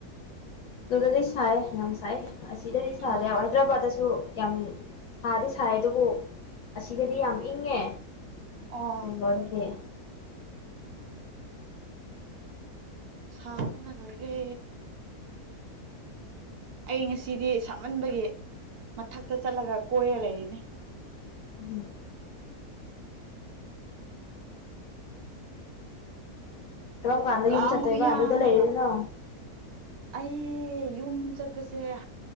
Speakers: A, on the left; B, on the right.
A: ꯑꯗꯨꯗꯗꯤ ꯁꯥꯏ ꯌꯥꯝ ꯁꯥꯏ ꯑꯁꯤꯗꯗꯤ ꯁꯥꯗꯦ
B: ꯍꯣꯏ
A: ꯍꯥꯏꯗ꯭ꯔꯕꯥꯗꯁꯨ ꯌꯥꯝ ꯁꯥꯗꯤ ꯁꯥꯏ ꯑꯗꯨꯕꯨ ꯑꯁꯤꯗꯗꯤ ꯌꯥꯝ ꯏꯪꯉꯦ
B: ꯑꯣ
A: ꯕꯦꯡꯒꯣꯔꯗꯗꯤ
B: ꯁꯥꯕꯅ ꯂꯣꯏꯔꯦ ꯑꯩ ꯉꯁꯤꯗꯤ ꯁꯥꯃꯟꯕꯒꯤ ꯃꯊꯛꯇ ꯆꯠꯂꯒ ꯀꯣꯏꯔ ꯂꯩꯔꯤꯅꯤ
A: ꯎꯝ ꯀꯔꯝ ꯀꯥꯟꯗ
B: ꯀꯥꯡ
A: ꯌꯨꯝ ꯆꯠꯇꯣꯏꯕ
B: ꯈꯨꯌꯥꯝꯗꯨꯒ
A: ꯑꯗ ꯂꯩꯗꯨꯅ
B: ꯑꯩ ꯌꯨꯝ ꯆꯠꯄꯁꯦꯕ